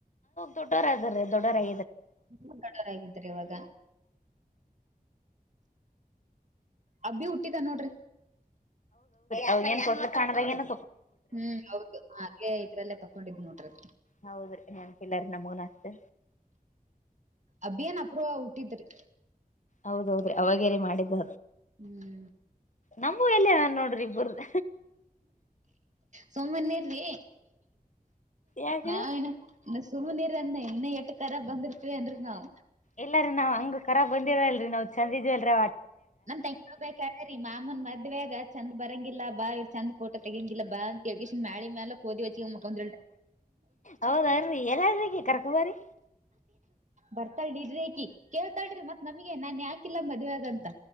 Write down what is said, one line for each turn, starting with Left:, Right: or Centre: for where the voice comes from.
Left: ದೊಡ್ಡರ ದೊಡ್ಡರ ಆ
Right: ತುಂಬಾ ಕಡರಾಗಿದ್ರೆ ಇವಾಗ ಅಬ್ಬಿ ಹುಟ್ಟಿದ ನೋಡ್ರಿ
Left: ಅವ ಏನ್ೋಟ್ ಕಾಣದಾಗ ನ
Right: ಹ್ಮ್ ಹೌದು ಅದೆ ಇದ್ರಲ್ಲೇ ಪಕ್ಕೊಂಡಿದ್ ನೋಡ್ರಿ
Left: ಹೌದ್ರಿ ನೆನ್ಪಿಲ್ಲರಿ ನಮಗನ್ ಅಷ್ಟೆ
Right: ಅಭಿಯನ್ ಅಪ್ರೂ ಹುಟ್ಟಿದ್ರಿ
Left: ಹೌದೌದ್ರಿ ಅವಾಗ್ಯರಿ ಮಾಡಿದ್ದ
Right: ಹ್ಮ್
Left: ನಮೂ ಎಲ್ಲ ನೋಡ್ರಿ ಇಬ್ರ್ದ
Right: ಸುಮ್ಮನೇಿ
Left: ಯಾಕ್ರಿ
Right: ನಾವೇನ ಸುಮ ನೀರು ಅಂದೆ ಇನ್ನ ಎಷ್ಟು ತರ ಬಂದರುತ ನವು
Left: ಎಲ್ಲರೀ ನಾವ್ ಹಂಗ ಕರ ಬಂದಿವಲ್ರರಿ ನಾವ್ ಚಂದಜ್ ಅಲ್ರ
Right: ನನ್ ತೆಂಗಳ ಬೇಕ ಹೇಳ್ರೀಮ್ಮ ಅಮ್ಮನ್ ಮದ್ವೆಗ ಚಂದ ಬರಂಗಿಲ್ಲ ಬಾ ಇವ್ ಚಂದ ೋಟೋ ತೆಗಂಗಿಲ್ಲ ಬಾ ಯಕೇಶನ್ ಮ್ಯಾಳಿ ಮ್ಯಾಲ ಹೋದ ಮುಕ್ಕೊಂತ
Left: ಹೌದನ್ರಿ ಎಲ್ಲಾರಿಗೆ ಕರ್ಕೊಂಬರಿ
Right: ಬರ್ತಾಳಿ ಇ್ರಕಿ ಕೇಳ್ತಾಳ್ರಿ ಮತ್ ನಮಗೆ ನಾನ ಯಾಕಿಲ್ಲ ಮದ್ವೆಾಗ ಅಂತ